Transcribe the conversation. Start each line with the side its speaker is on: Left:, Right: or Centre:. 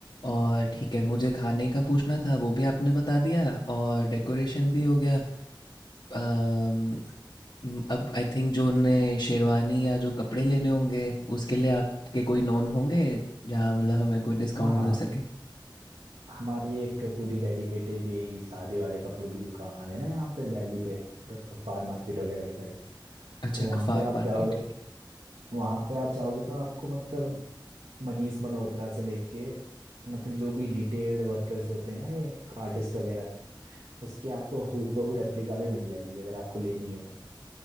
Left: और ठीक है मुझे खाने का पूछना था वो भी आपने बता दिया और डेकोरेशन भी हो गया अम, म, अब आई थिंक जो उन्हें शेरवानी या जो कपड़े लेने होंगे उसके लिए आपके कोई नोन होंगे जहाँ मतलब हमें कोई डिस्काउंट
Right: हाँ हाँ
Left: मिल सके
Right: हमारी एक पूरी डेडिकेटेड यही शादी वाले कपड़ों की दुकान है ना यहाँ पे दिल्ली पे गफ्फार मार्केट वगैरह के साइड
Left: अच्छा
Right: तो वहाँ
Left: गफ़ार
Right: पे आप
Left: पार्क
Right: जाओगे
Left: है ठीक
Right: वहाँ पे आप जाओगे तो आपको मतलब मनीष मल्होत्रा से लेके मतलब जो भी डिटेल्ड वर्कर्स होते हैं ना ये आर्टिस्ट वगैरह उसकी आपको हूबहू रेप्लिका भी मिल जाएगी अगर आपको लेनी है तो